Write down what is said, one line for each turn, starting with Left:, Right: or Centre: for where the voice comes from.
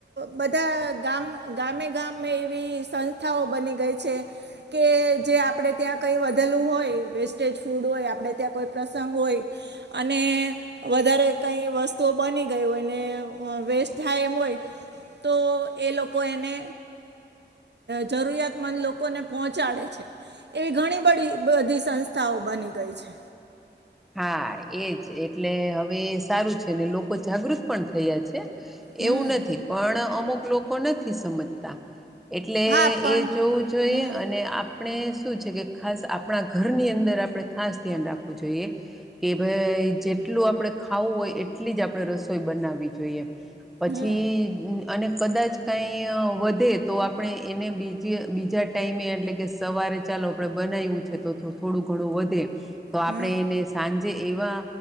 Right: બધા ગામ ગામે ગામે એવી સંસ્થાઓ બની ગઈ છે. કે જે આપણે ત્યાં કંઈ વધેલું હોય વેસ્ટેજ ફૂડ હોય આપણે ત્યાં કોઈ પ્રસંગ હોય અને વધારે કઈ વસ્તુ બની ગયું હોય ને વેસ્ટ થાય એમ હોય તો એ લોકો એને જરૂરિયાતમંદ લોકોને પહોંચાડે છે. એવી ઘણી બધી બધી સંસ્થાઓ બની ગઈ છે.
Centre: હા એજ એટલે હવે સારું છે ને લોકો જાગૃત પણ થયા છે.
Right: હમ
Centre: એવું નથી પણ અમુક લોકો નથી સમજતા. એટલે
Right: હા પણ
Centre: એ જોવું જોઈએ
Right: હમ
Centre: અને આપ આપણે શું છે કે ખાસ આપણા ઘરની અંદર આપણે ખાસ ધ્યાન રાખવું જોઈએ. કે ભાઈ જેટલું આપણે ખાવું હોય એટલી જ આપણે રસોઈ બનાવવી જોઈએ. પછી
Right: હમ
Centre: અને કદાચ કાંઈ વધે તો આપણે એને બીજી બીજા ટાઈમે એટલે કે સવારે ચાલો આપણે બનાવું છે. તો થોડું ઘણું વધે તો
Right: હમ
Centre: આપણે એને સાંજે એવા